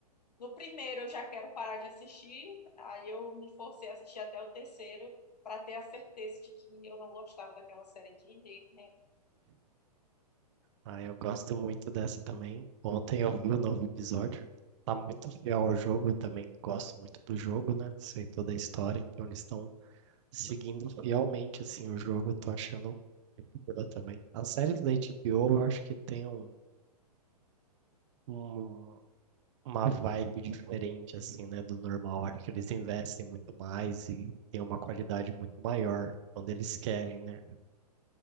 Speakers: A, on the left; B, on the right.
A: no primeiro eu já quero parar de assistir, aí eu me forcei a assistir até o terceiro para ter a certeza de que eu não gostava daquela série de jeito nenhum.
B: Ah, eu gosto muito dessa também. Ontem eu vi o novo episódio. Tá muito fiel ao jogo, eu também gosto muito do jogo, né? Sei toda a história, então eles estão seguindo fielmente assim o jogo, eu tô achando muito boa também. As séries da HBO eu acho que tem um, um- uma vibe diferente assim, né, do normal. Acho que eles investem muito mais e tem uma qualidade muito maior quando eles querem, né?